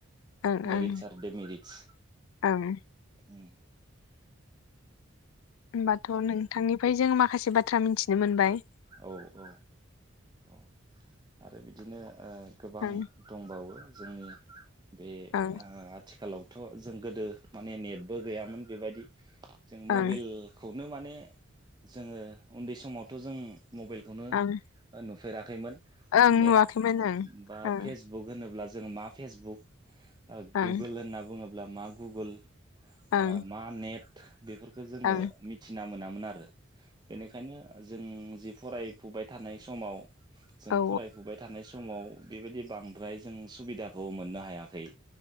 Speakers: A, on the left; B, on the right.
A: ओं
B: मेरिटस
A: ओं
B: आरो डेमेरिटस
A: ओं
B: उम
A: होमबाथ' नोंथांनिफ्राय जों माख खासे बाथ्रा मिथिनो मोनबाय।
B: औ औ औ आरो बिदिनो ओ गोबां
A: ओं
B: दंबावो। जोंनि बे
A: ओं
B: ओ आथिखालाव थ' जों गोदो माने नेटबो गैयामोन बेबायदि जों मबाइलखौ
A: ओं
B: नो माने जोङो उन्दै समावथ' जों मबाइलखौनो
A: ओं
B: ओ नु फोराखैमोन
A: ओं
B: नेट
A: नुवाखैमोन
B: बा
A: ओं
B: फेसबुक होनोब्ला जों मा फेसबुक ओ
A: ओं
B: गुगोल होनना बुङोब्ला मा गुगोल ओ
A: ओं
B: मा नेट बेफोरखो जोंङो
A: ओं
B: मिथिना मोना मोन आरो बेनिखायनो जों जि फरायफुबाय थानाय समाव जों
A: ओं
B: फरायफुबाय थानाय सम समाव बेबायदि बांद्राय जों सुबिदाखौ मोननो हायाखै।